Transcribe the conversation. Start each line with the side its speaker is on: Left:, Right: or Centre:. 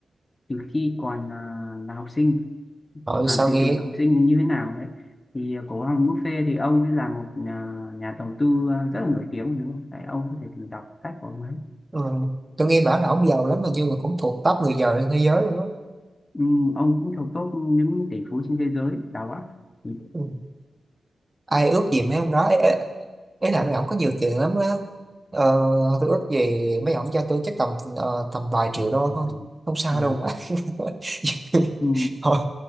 Left: từ khi còn à, là học sinh
Right: rồi
Left: à,
Right: sao
Left: từ
Right: nghe
Left: từ học sinh như thế nào đấy thì cổ Hoàng Buffet thì ông ấy là một nhà, nhà đầu tư à, rất là nổi tiếng đúng không? Đấy, ông có thể tìm đọc sách của ông ấy.
Right: ừ, tôi nghe bảo là ông giàu lắm mà như là cũng thuộc top người giàu trên thế giới luôn á
Left: Ừ, ông cũng thuộc top những tỷ phú trên thế giới đào á. Ừ.
Right: Ừ. ai ước gì mấy ông đó ấy, ấy, ấy là mấy ông có nhiều tiền lắm á ờ, tôi ước gì mấy ông cho tôi chắc tầm ờ, tầm vài triệu đô
Left: ừ.
Right: thôi không sao
Left: Ờ,
Right: đâu mà <laughs>
Left: ừ.
Right: thôi